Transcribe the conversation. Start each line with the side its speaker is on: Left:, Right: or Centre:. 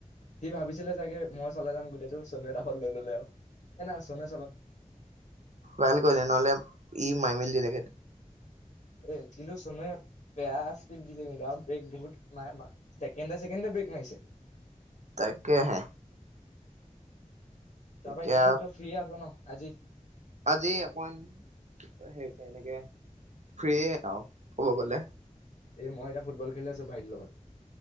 Left: সি ভাবিছিলে চাগে মই চলাই যাম গোটেইটো, চনুৱে তাখন লৈ ললে আও, এ না চনু
Right: ভাল কৰিলে, নহ'লে ই মাই মেলি
Left: এ, কিন্তু চুনুৱে বেয়া স্পিদ দিছে কিন্তু, আৰু ব্ৰেক বহুত মা-মা চেকেণ্ডে, চেকেণ্ডে ব্ৰেক মাৰিছে
Right: তাকেহে।
Left: তাৰপা
Right: এতিয়া
Left: এতিয়াতো তই ফ্ৰি আছ ন আজি।
Right: আজি অকন সে-সেনেকে ফ্ৰিয়ে আওঁ। ক'ব গ'লে।
Left: এ মই এতিয়া ফুটবল খেলি আছো ভাইটি লগত।